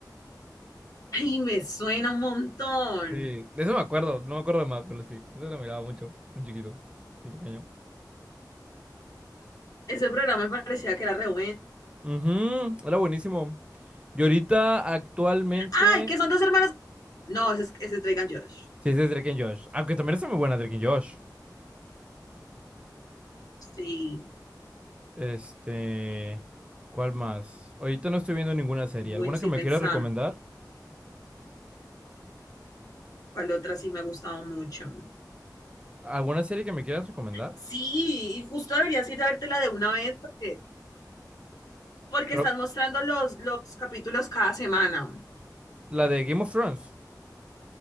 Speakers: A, on the left; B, on the right.
A: Ay, me suena un montón.
B: Sí, de eso me acuerdo, no me acuerdo de más, pero sí, eso lo miraba mucho, de chiquito, de pequeño.
A: Ese programa me parecía que era re bueno.
B: Ujú, era buenísimo. Y ahorita, actualmente,
A: Ay, que son dos hermanos. No, ese es, ese es Drake and Josh.
B: sí, ese es Drake and Josh. Aunque también está muy buena Drake and Josh.
A: Sí,
B: Este, ¿cuál más? Ahorita no estoy viendo ninguna serie.
A: bueno,
B: ¿Alguna
A: estoy
B: que me
A: pensando.
B: quieras recomendar?
A: ¿Cuál otra sí me ha gustado mucho?
B: ¿Alguna serie que me quieras recomendar?
A: Sí, y justo deberías ir a vértela de una vez porque, porque
B: Pero,
A: estás mostrando los, los capítulos cada semana.
B: ¿la de Game of Thrones?